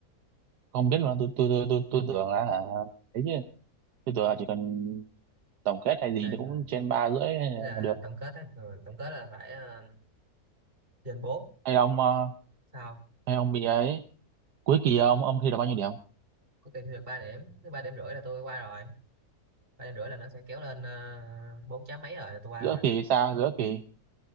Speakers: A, on the right; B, on the right.
A: không biết mà tôi, tôi, tôi, tôi, tôi tưởng là à, ấy chứ. Tôi tưởng là chỉ cần tổng kết hay gì
B: trời
A: thì cũng
B: trời
A: trên 3 rưỡi hay
B: ý là
A: là được.
B: tổng kết á ừ, tổng kết là phải ờ, trên bốn
A: Hay là ông ờ,
B: sao
A: hay ông bị ấy, cuối kỳ
B: Trời,
A: ông ông thi được bao nhiêu điểm?
B: cuối kỳ thi được 3 điểm nếu ba điểm rưỡi là tôi qua rồi ba điểm rưỡi là nó sẽ kéo lên ờ, bốn chấm mấy rồi là tôi qua
A: Giữa
B: rồi
A: kỳ hay sao? Giữa kỳ.